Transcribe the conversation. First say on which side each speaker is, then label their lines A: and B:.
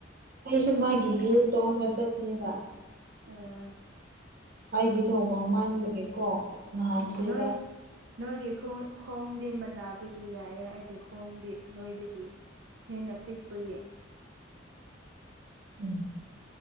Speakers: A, on the right; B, on the right.
A: ꯑꯩꯁꯨꯨ ꯃꯥꯒꯤ ꯍꯤꯂꯁ ꯇꯧꯒ ꯆꯠꯅꯤꯕ
B: ꯑꯥ
A: ꯑꯩꯒꯤꯁꯨ ꯎꯃꯪ ꯃꯥꯟꯂꯒꯦꯀꯣ ꯉꯍꯥꯟꯗꯦꯕ
B: ꯎꯝ ꯅꯣꯏ ꯅꯣꯏꯒꯤ ꯈꯣꯡ ꯈꯣꯡꯗꯤ ꯃꯅꯕꯒꯤ ꯒꯤ ꯌꯥꯏꯌꯦ ꯑꯩꯒꯤ ꯍꯣꯡꯗꯤ ꯅꯣꯏꯗꯒꯤ ꯍꯦꯟꯅ ꯄꯤꯛꯄꯒꯤ
A: ꯎꯝ